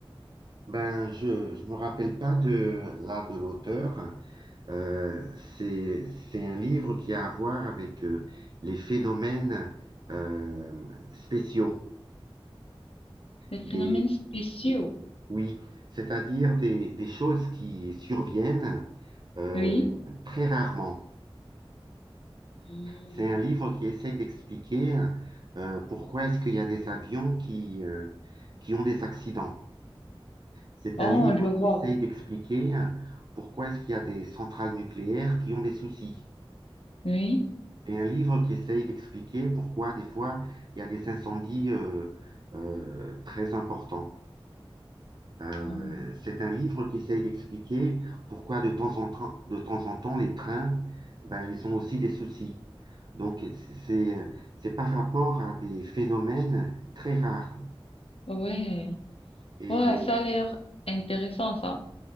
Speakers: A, on the right; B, on the left.
A: Ben, je je me rappelle pas de là de l'auteur. Euh, c'est c'est un livre qui a à voir avec euh, les phénomènes euh, spéciaux.
B: Les
A: Des,
B: phénomènes spéciaux.
A: oui, c'est-à-dire des des choses qui surviennent euh,
B: Oui.
A: très rarement.
B: Hmm.
A: C'est un livre qui essaye d'expliquer euh, pourquoi est-ce qu'il y a des avions qui euh, qui ont des accidents. C'est
B: Oh,
A: un livre
B: je vois.
A: qui essaye d'expliquer euh, pourquoi est-ce qu'il y a des centrales nucléaires qui ont des soucis.
B: Oui.
A: Et un livre qui essaye d'expliquer pourquoi des fois il y a des incendies euh, euh, très importants. Euh,
B: Wow.
A: c'est un livre qui essaye d'expliquer pourquoi de temps en temps, de temps en temps les trains, ben, ils ont aussi des soucis. Donc c'est c'est par rapport à des phénomènes très rares.
B: Ouais.
A: Et
B: Ouais, ça a l'air intéressant ça.